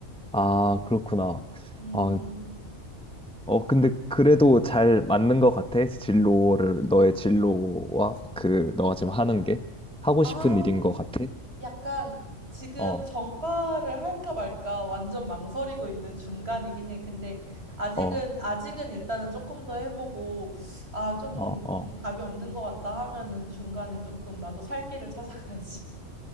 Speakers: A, in the centre; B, on the right (about 55°).
A: 아, 그렇구나.
B: 음
A: 아,
B: 음.
A: 어, 근데 그래도 잘 맞는 것 같아. 진로를, 너의 진로와 그, 너가 지금 하는 게 하고
B: 아
A: 싶은 일인 것 같아.
B: 약간 지금
A: 어,
B: 전과를 할까 말까 완전 망설이고 있는 중간이긴 해. 근데 아직은,
A: 어,
B: 아직은 일단은 조금 더 해보고, 아, 좀
A: 어, 어.
B: 이게 답이 없는 것 같다 하면은 중간에 조금 나도 살 길을 찾아가야지.